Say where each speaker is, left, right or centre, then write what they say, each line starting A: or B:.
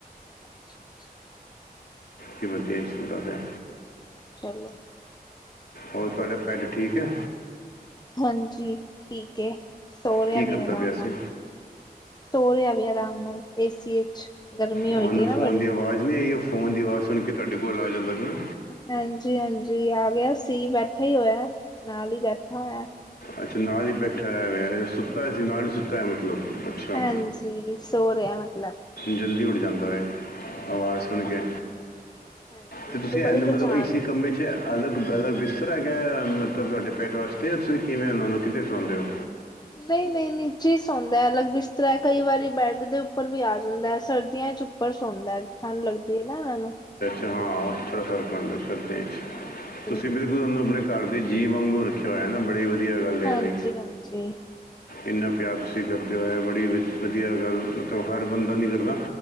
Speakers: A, on the left; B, on the left.
A: ਅੱਛ ਅੱਛਾ
B: ਕੀ ਵਧੀਆ ਹੀ ਸੁਣਦਾ ਪਿਆ
A: ਚਲੋ
B: ਹੋਰ ਤੁਹਾਡਾ ਪੈਡ ਠੀਕ ਐ
A: ਹਾਂਜੀ ਠੀਕ ਐ ਸੋ ਰਿਹਾ
B: ਕੀ ਕਰਦਾ
A: ਵੇ ਆਰਾਮ
B: ਪਿਆ
A: ਨਾਲ
B: ਸੀ
A: ਸੋ ਰਿਹਾ ਵੇ ਆਰਾਮ ਨਾਲ ਏਸੀਏ ਗਰਮੀ ਹੋਦੀ
B: ਉਹਨੂੰ
A: ਹੈ ਨਾ
B: ਫੋਨ
A: ਬੜੀ
B: ਦੀ ਆਵਾਜ਼ ਨਹੀਂ ਆਈ ਉਹ ਫੋਨ ਦੀ ਆਵਾਜ਼ ਸੁਣ ਕੇ ਤੁਹਾਡੇ ਕੋਲ ਆ ਜਾਂਦਾ ਸੀ ਨਾ
A: ਹਾਂਜੀ ਹਾਂਜੀ ਆ ਗਿਆ ਸੀ ਬੈਠਾ ਹੀ ਹੋਇਆ ਨਾਲ ਹੀ ਬੈਠਾ ਹੋਇਆ
B: ਅੱਛਾ ਨਾਲ ਹੀ ਬੈਠਾ ਹੈ ਮੈਂ ਸੁੱਤਾ ਅ ਸੀ ਨਾਲ ਹੀ ਸੁੱਤਾ ਹੈ ਮਤਲਬ ਅੱਛਾ
A: ਹਾਂਜੀ ਸੋਹ ਰਿਆ ਮਤਲਬ
B: ਜਲਦੀ ਉੱਠ ਜਾਂਦਾ ਹੈ ਆਵਾਜ਼ ਸੁਣ
A: ਹਾਂਜੀ
B: ਕੇ
A: ਹਾਂਜੀ
B: ਤੇ
A: ਇਹਨੂੰ
B: ਤੁਸੀਂ
A: ਬੜੀ
B: ਐਨ
A: ਪਹਿਚਾਣ
B: ਮਤਲਬ ਏਸੀ
A: ਹੈ
B: ਕੰਮੇ ਚ ਅਲੱਗ ਬਲੱਗ ਸਰ ਹੈਗਾ ਮਤਲਬ ਤੁਹਾਡੇ ਪੈਟ ਵਾਸਤੇ ਸੀਂ ਕਿਵੇਂ ਉਹਨਾਂ ਨੂੰ ਕਿਤੇ ਸੌਂਦੇ
A: ਹਮ
B: ਹੋ
A: ਨਹੀਂ ਨਹੀਂ ਨਹੀਂ ਚੀਜ਼ ਸੌਂਦਾ ਹੈ ਅਲੱਗ ਬਿਸਤਰਾ ਹੈ ਕਈ ਵਾਰੀ ਬੈੱਡ ਦੇ ਉੱਪਰ ਵੀ ਆ ਜਾਂਦਾ ਹੈ ਸਰਦੀਆਂ ਚ ਉੱਪਰ ਸੌਦਾ ਠੰਢ ਲੱਗਦਾ ਲਾ ਨਾਨੂੰ <unintelligible>
B: ਹਾਂਥ ਫਰਕੈਂਦੇ ਕਰਦੇ
A: ਹਾਂਜੀ
B: ਤੁਸੀਂ ਬਿਲਕੁਲ ਤੁਹਾਨੂੰ ਆਪਣੇ ਘਰ ਦੇ ਜੀਅ ਵਾਂਗੂ ਰੱਖਿਆ ਹੋਇਆ ਨਾ ਬੜੀ ਵਧੀਆ ਗੱਲ ਇਹਦੀ
A: ਹਾਂਜੀ ਹਾਂਜੀ
B: ਇੰਨਾ ਪਿਆਰ ਤੁਸੀਂ ਕਰਦੇ ਹੋਏ ਬੜੀ ਵ ਵਧੀਆ ਗੱਲ ਮਤਲਬ ਹਰ ਬੰਦਾ ਨਹੀਂ ਕਰਦਾ